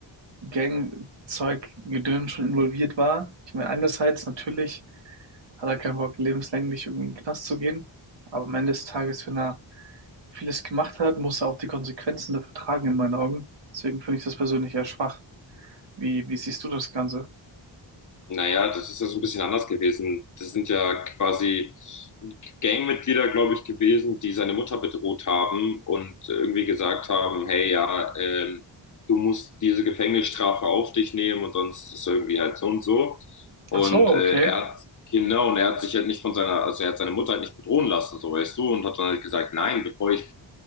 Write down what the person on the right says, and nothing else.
Gang Zeug Gedöns schon involviert war. Ich meine, einerseits natürlich hat er keinen Bock, lebenslänglich irgendwie in den Knast zu gehen. Aber am Ende des Tages, wenn er vieles gemacht hat, muss er auch die Konsequenzen dafür tragen, in meinen Augen. Deswegen finde ich das persönlich eher schwach. Wie, wie siehst du das Ganze?
Ach so,
okay.